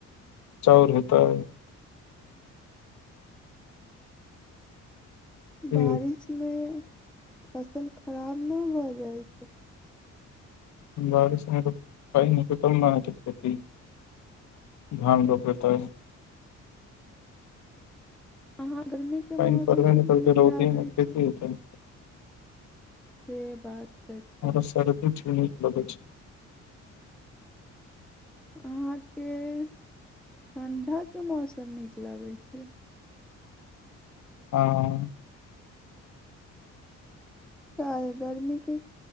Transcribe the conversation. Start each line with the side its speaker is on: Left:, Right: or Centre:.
Left: चाउर हेतै कि
Centre: बारिशमे फसल खराब न भऽ जाइ छै
Left: बारिश मे त पैन हेतै तब ना अहाँ कें खेती खेती धान रोपैतय
Centre: अहाँ गर्मीके
Left: पैइन
Centre: मौसम
Left: पड़बे नहि करतै
Centre: नीक
Left: रौदी
Centre: लागै
Left: मे खेती
Centre: छै
Left: हेतै
Centre: से बात तऽ छै
Left: आर सर त <unintelligible> लगै छै
Centre: अहाँके ठण्डक के मौसम नीक लगै छै
Left: हँ
Centre: चाहे गर्मीके